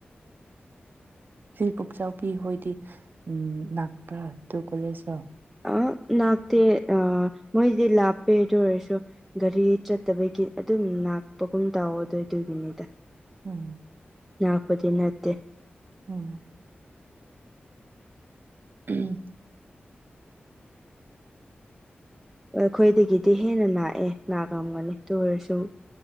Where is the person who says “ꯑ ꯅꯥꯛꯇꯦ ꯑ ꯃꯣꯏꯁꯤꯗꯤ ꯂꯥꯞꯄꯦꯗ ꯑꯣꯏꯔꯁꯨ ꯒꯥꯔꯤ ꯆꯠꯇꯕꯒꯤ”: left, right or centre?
Centre